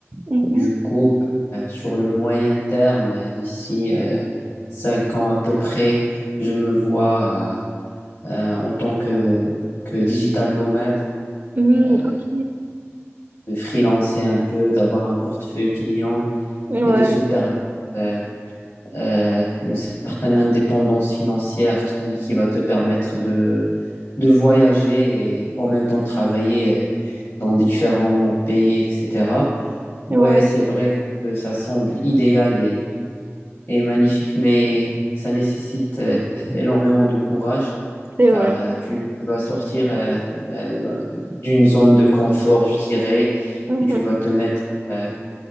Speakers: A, on the right; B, on the left.
A: Mhm.
B: Du coup, euh, sur le moyen terme, euh, d'ici euh, cinq ans à peu près, je me vois euh, euh, en tant que, que digital nomade,
A: Hmm,
B: euh,
A: ok.
B: de freelancer un peu, d'avoir un portefeuille client
A: Ouais,
B: et de se permettre euh, euh, une certaine indépendance financière qui, qui va te permettre de, de voyager et en même temps travailler euh, dans différents pays, etc. Ouais,
A: ouais,
B: c'est vrai que ça semble idéal et est magnifique, mais ça nécessite euh, énormément de courage
A: c'est
B: car
A: vrai.
B: euh, tu vas sortir euh, euh, d'une zone de confort, je dirais,
A: Mm-hmm.
B: et tu vas te mettre euh,